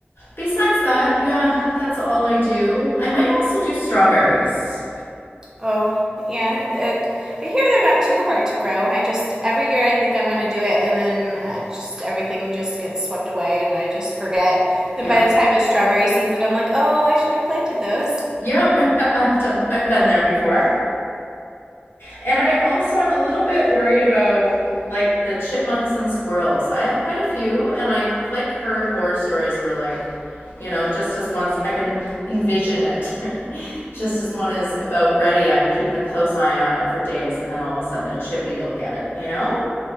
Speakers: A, on the left; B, on the right.
A: besides that, yeah, that's all I do. I might also do strawberries.
B: Oh, yeah. It, I hear they're not too hard to grow. I just every year I think I want to do it, and then I just everything just gets swept away, and I just forget.
A: Yep.
B: And by the time it's strawberry season, I'm like, oh, I should have planted those.
A: Yep. <laughs> I've done, I've been there before. And I also am a little bit worried about like the chipmunks and squirrels. I have quite a few, and I've like heard horror stories where like, you know, just as one's I can em- envision it, <laughs> just as one is about ready, I'm keeping a close eye on it for days, and then all of a sudden a chippy will get it. You know?